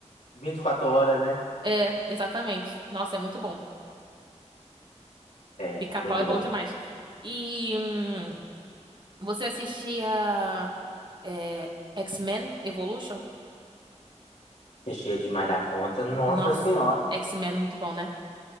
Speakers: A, on the left; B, on the right.
A: vinte e quatro horas, né?
B: É, exatamente. Nossa, é muito bom.
A: É,
B: Pica-Pau
A: muito
B: é bom
A: bom.
B: demais. E. hum, Você assistia é, X-Men Evolution?
A: Recheio demais da conta. Nossa
B: Nossa,
A: Senhora.
B: X-Men é muito bom, né?